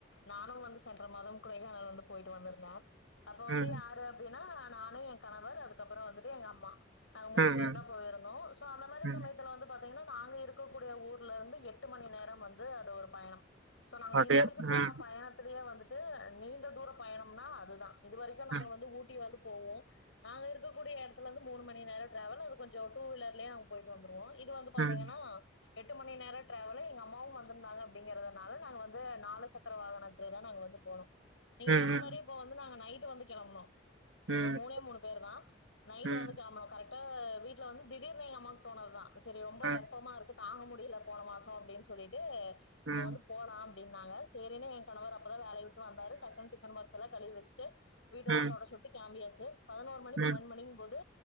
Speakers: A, on the left; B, on the right.
A: நானு வந்து சென்ற மாதம் கொடைக்கானல் வந்து போய்ட்டு வந்துருந்தாம் அப்ப வந்து
B: ம்
A: யாரு அப்டின்னா நானு என் கணவர் அதுக்கப்பறௌ வந்துட்டு எங்க அம்மா நாங்க மூணு
B: ம்
A: பேரு
B: ம்
A: தா போயிருந்தோ சோ அந்த மாதிரி
B: ம்
A: சமயத்துல வந்து பாத்தீங்கன்னா நாங்க இப் இருக்கக்கூடிய ஊர்ல இருந்து எட்டு மணி நேரம் வந்து அத ஒரு பயணம் சோ நாங்க
B: அப்டியா
A: இதுவரைக்கு போன
B: ம்
A: பயணத்திலியே வந்துட்டு நீண்ட தூர பயணம்னா அதுதா இது வரைக்கு நாங்க
B: ம்
A: வந்து ஊட்டி வந்து போவோ நாங்க இருக்கக்கூடிய எடத்துல இந்து மூணு மணி நேரம் டிரராவல் அது கொஞ்சோ டூ வீலர்லயு நாங்க போய்ட்டு வந்துருவோ இது வந்து பாத்தீங்கன்னா
B: ம்
A: எட்டு மணி நேர டிராவுலு எங்க அம்மாவு வந்துருந்தாங்க ப்டிங்கறதுனால நாங்க வந்து நாலு சக்கர வாகனத்துல தா நாங்க வந்து போனோ நீங்க
B: ம்
A: சொன்ன
B: ம்
A: மாரி வந்து நாங்க நைட் வந்து கெளம்னோ நாங்க
B: ம்
A: மூணே மூணு பேரு தா நைட்
B: ம்
A: வந்து கேமரோ கரெக் ட வீட்ல வந்து திடீர் நீங் அம்மாக் தோணதுதா சரி ரொம்ப
B: ம்
A: வெப்பமா இருக்கு தாங்க முடியல போன மாசோ அப்டின் சொல்லிட்டு நம்ம
B: ம்
A: வந்து போலா அப்டின்னாங்க சரினு என் கணவர் அப்பதா வேலைய விட்டு வந்தாரு டக்குன்னு டிஃபன் பாக்ஸ் அல்லா கழுவி வச்ட்டு வீட்டல்லா
B: ம்
A: தொடச்சுட் கிம்பியாச்சு பதினோரு மணி
B: ம்
A: பன்னெண்டு
B: ம்
A: மணிங் போது